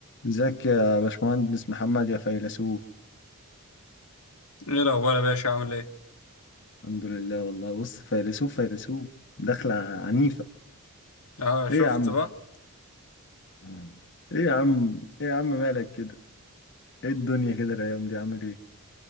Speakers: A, on the left; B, on the left.
A: ازيك يا باشمهندس محمد يا فيلسوف
B: ايه الاخبار يا باشا عامل ايه
A: الحمد لله والله بص فيلسوف فيلسوف دخلة عنيفة
B: اه
A: ايه
B: شفت
A: يا عم
B: بقى
A: <laughs> ايه يا عم ايه يا عم مالك كده ايه الدنيا كده الايام دي عامل ايه ان